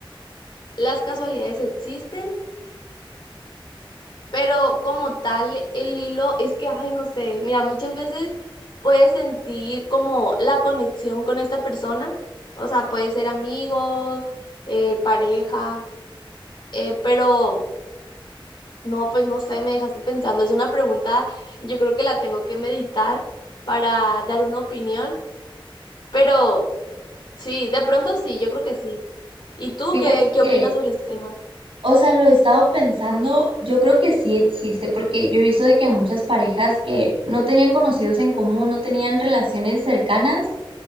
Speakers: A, on the left; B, on the right.
A: las casualidades existen, pero como tal, el hilo es que, ay, no sé, mira, muchas veces puedes sentir como la conexión con esta persona, o sea, puede ser amigos, eh, pareja, eh, pero no, pues no sé, me dejaste pensando, es una pregunta, yo creo que la tengo que meditar para dar una opinión, pero... Sí, de pronto sí, yo creo que sí. ¿Y tú
B: Fíjate
A: qué, qué
B: que
A: opinas sobre este tema?
B: O sea, lo he estado pensando, yo creo que sí existe, porque yo he visto de que muchas parejas que no tenían conocidos en común, no tenían relaciones cercanas